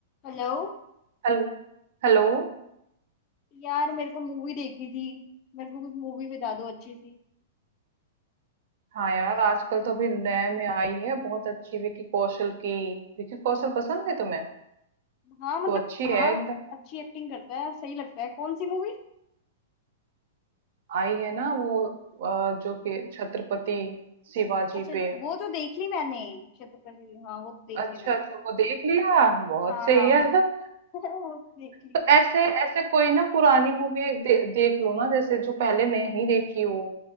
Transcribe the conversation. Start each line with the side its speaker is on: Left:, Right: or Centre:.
Left: Hello
Right: Hello Hello
Left: यार मेरे को मूवी देखनी थी मेरे को कुछ मूवी बता दो अच्छी सी
Right: हाँ यार आजकल तो अभी नए में आई है बहुत अच्छी विकी कौशल की विकी कौशल पसंद है तुम्हें
Left: हाँ मतलब
Right: तो अच्छी है
Left: हाँ
Right: एकदम
Left: अच्छी एक्टिंग करता है सही लगता है कौन सी मूवी
Right: आई है ना वो अ, जो कि छत्रपति शिवाजी
Left: अच्छा अच्छा,
Right: पे
Left: वो तो देख ली मैंने छत्रपति हाँ वो तो देख
Right: अच्छा
Left: ली मैंने
Right: अच्छा वो देख लिया बहुत
Left: हाँ
Right: सही
Left: हाँ
Right: है
Left: वो
Right: <laughs>
Left: <laughs> वो तो देख ली
Right: तो ऐसे ऐसे कोई ना पुरानी मूवी दे, देख लो ना जैसे जो पहले नहीं देखी हो